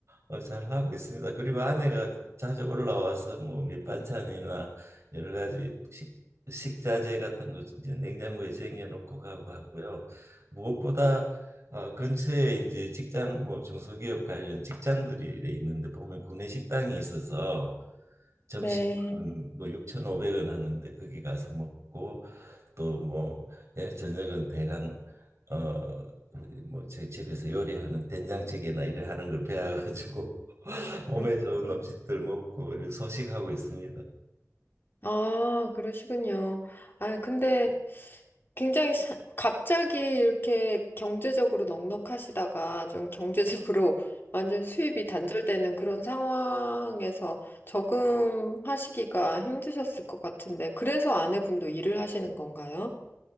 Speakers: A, on the right; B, on the left.
A: 어, 잘 하고 있습니다. 그리고 아내가 자주 올라와서 뭐 밑반찬이나 여러 가지 식 식자재 같은 거 이제 냉장고에 쟁여놓고 가고 하고요. 무엇보다 어, 근처에 이제 직장 뭐 중소기업 관련 직장들이 이래 있는데 보면 구내 식당이 있어서 점심은
B: 네.
A: 뭐 6,500원 하는데 거기 가서 먹고 또 뭐 예, 저녁은 대강 어 뭐 제 집에서 요리하는 된장찌개나 이래 하는 걸 배워가지고 <laughs> 몸에
B: 음.
A: 좋은 음식들 먹고 이렇게 소식하고 있습니다.
B: 아, 그러시군요. 아, 근데 굉장히 사- 갑자기 이렇게 경제적으로 넉넉하시다가 좀 경제적으로 <laughs> 완전 수입이 단절되는 그런 상황에서 적응하시기가 힘드셨을 것 같은데, 그래서 아내분도 일을 하시는 건가요?